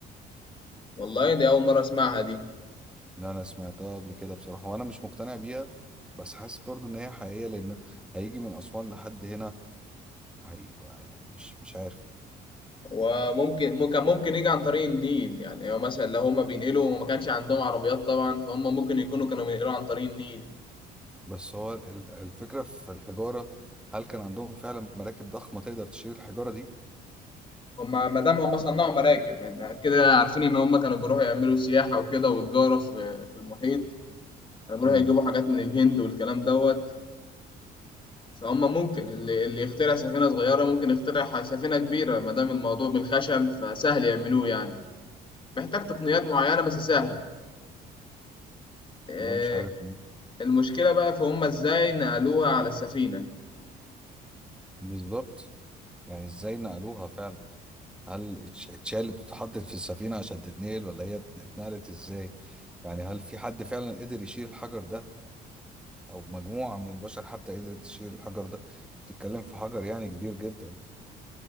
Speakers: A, on the left; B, in the centre.
A: والله دي أول مرة أسمعها دي
B: ان انا سمعتها قبل كده بصراحة وانا مش مقتنع بيها بس حاسس برضو ان هي حقيقية لان هيجي من اسوان لحد هنا هيبقى يعني مش مش عارف
A: وممكن ممكن ممكن يجي عن طريق النيل يعني هو مثلا لو هما بينقلوا وما كانش عندهم عربيات طبعا فهم ممكن يكونوا كانوا بينقلوا عن طريق النيل
B: بس هو ال- الفكرة في الحجارة هل كان عندهم فعلا مراكب ضخمة تقدر تشيل الحجارة دي؟
A: هما ما دام هما صنعوا مراكب يعني كده عارفين إن هما كانوا بيروحوا يعملوا سياحة وكده وتجارة في في المحيط كانوا بيروحوا
B: مم.
A: يجيبوا حاجات من الهند والكلام دوت فهم ممكن اللي, اللي يخترع سفينة صغيرة ممكن يخترع سفينة كبيرة ما دام الموضوع من الخشب فسهل يعملوه يعني محتاج تقنيات معينة بس سهل آه،
B: ده مش عارف
A: المشكلة بقى في هم ازاي نقلوها على السفينة
B: بالظبط يعني ازاي نقلوها فعلا هل اتش- اتشالت واتحطت في السفينة عشان تتنقل ولا هي اتنقلت ازاي يعني هل في حد فعلا قدر يشيل الحجر ده او مجموعة من البشر حتى قدرت تشيل الحجر ده تتكلم في حجر يعني كبير جدا